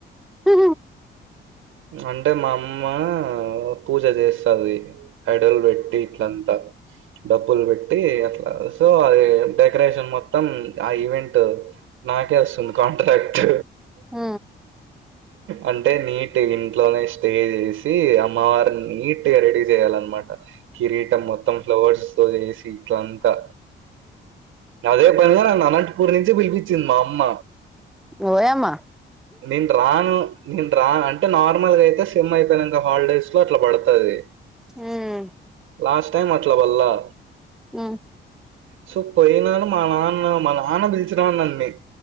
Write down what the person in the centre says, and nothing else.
ఉ
ఆ
ఏ అమ్మ
ఉమ్
ఉ